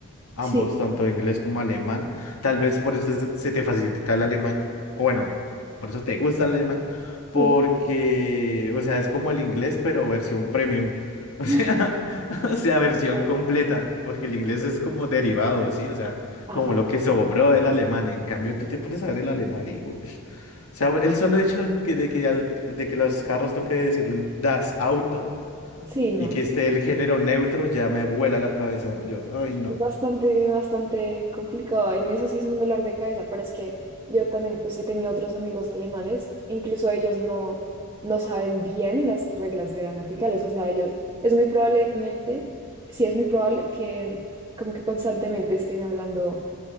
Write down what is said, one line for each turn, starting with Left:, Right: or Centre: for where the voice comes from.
Left: ambos,
Right: Sí,
Left: tanto inglés como alemán. Tal vez por eso se se te facilita el alemán, o bueno, por eso te gusta el alemán, porque,
Right: sí.
Left: o sea, es como el inglés, pero versión premium. <laughs> O sea,
Right: <laughs>
Left: o sea, versión
Right: Pues,
Left: completa, porque el inglés es como derivado, ¿sí? O sea,
Right: Ajá,
Left: como lo que sobró del alemán. En cambio, tú te pones a ver el alemán y, ush. O sea, el solo hecho que, de que, al- de que los carros toque decirle das Auto
Right: sí, no.
Left: y que esté el género neutro ya me vuela la cabeza. Yo, ay, no.
Right: bastante, bastante complicado. En eso sí es un dolor de cabeza, pero es que yo también pues he tenido otros amigos alemanes, e incluso ellos no, no saben bien las reglas gramaticales, o sea, ellos es muy probablemente, sí es muy probable que como que constantemente estén hablando